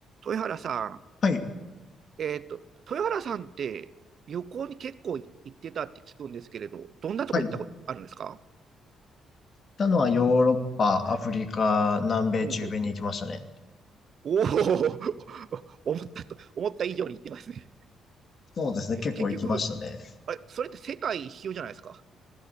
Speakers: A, on the right; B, on the left.
A: 豊原さん、
B: はい。
A: えーっと、豊原さんって旅行に結構行ってたって聞くんですけれど、どんなとこ行ったことあるんですか
B: はい。行ったのはヨーロッパ、アフリカ、南米、
A: おお、
B: 中米に行きましたね。
A: おお、<laughs> 思ったと、思った以上に行ってますね。
B: そうですね。
A: え、
B: 結構行きましたね。
A: 結局、あれ、それって世界一周じゃないですか。